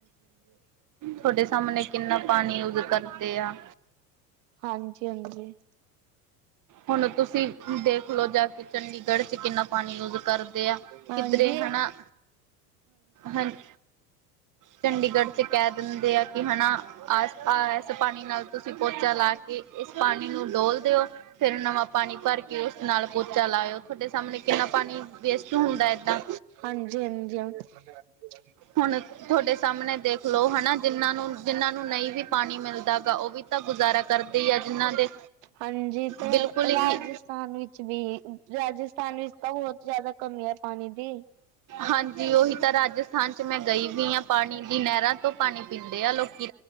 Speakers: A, on the right; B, on the right.
A: ਤੁਹਡੇ ਸਾਹਮਣੇ, ਕਿੰਨਾ ਪਾਣੀ, ਯੂਜ ਕਰਦੇ ਆ।
B: ਹਾਂਜੀ ਹਾਂਜੀ
A: ਹੁਣ, ਤੁਸੀਂ ਦੇਖਲੋ ਜਾ ਕੇ, ਚੰਡੀਗੜ ਚ, ਕਿੰਨਾ ਪਾਣੀ ਯੂਜ। ਕਰਦੇ ਆ।
B: ਹਾਂਜੀ
A: ਕਿਧਰੇ ਹਨਾ, ਹਾਂਜੀ। ਚੰਡੀਗੜ ਚ ਕਹਿ ਦਿੰਦੇ ਆ। ਕਿ ਹਨਾ ਆਸ ਪਾਸ, ਪਾਣੀ ਨਾਲ ਤੁਸੀਂ ਪੋਚਾ ਲਾ ਕੇ, ਇਸ ਪਾਣੀ ਨੂੰ ਡੋਲ ਦਿਓ। ਫੇਰ ਨਵਾਂ, ਪਾਣੀ ਭਰ ਕੇ ਉਸ ਨਾਲ ਪੋਚਾ ਲਾਇਓ। ਤੁਹਾਡੇ ਸਾਹਮਣੇ ਕਿੰਨਾ, ਪਾਣੀ ਵੇਸਟ ਹੁੰਦਾ। ਏਦਾਂ
B: ਹਾਂਜੀ-ਹਾਂਜੀ, ਹਾਂਜੀ।
A: ਹੁਣ, ਤੁਹਡੇ ਸਾਹਮਣੇ ਦੇਖਲੋ, ਹਨਾ, ਜਿਹਨਾਂ ਨੂੰ ਜਿਨਾਂ ਨੂੰ ਨਈ ਵੀ ਪਾਣੀ ਮਿਲਦਾ ਗਾ। ਉਹ ਵੀ ਤਾਂ ਗੁਜ਼ਾਰਾ ਕਰਦੇ ਈ ਆ। ਜਿਹਨਾਂ ਦੇ
B: ਹਾਂਜੀ ਤੇ
A: ਬਿਲਕੁਲ
B: ਰਾਜਸਥਾਨ
A: ਹੀ
B: ਵਿੱਚ ਵੀ, ਰਾਜਸਥਾਨ ਵਿੱਚ ਤਾਂ ਬਹੁਤ ਜਿਆਦਾ ਕਮੀ ਐ, ਪਾਣੀ ਦੀ।
A: ਹਾਂਜੀ, ਉਹੀ ਤਾਂ ਰਾਜਸਥਾਨ ਚ ਮੈਂ, ਗਈ ਵੀ ਆ। ਪਾਣੀ ਦੀ ਨਹਿਰਾਂ ਤੋਂ, ਪਾਣੀ ਪੀਂਦੇ ਆ ਲੋਕ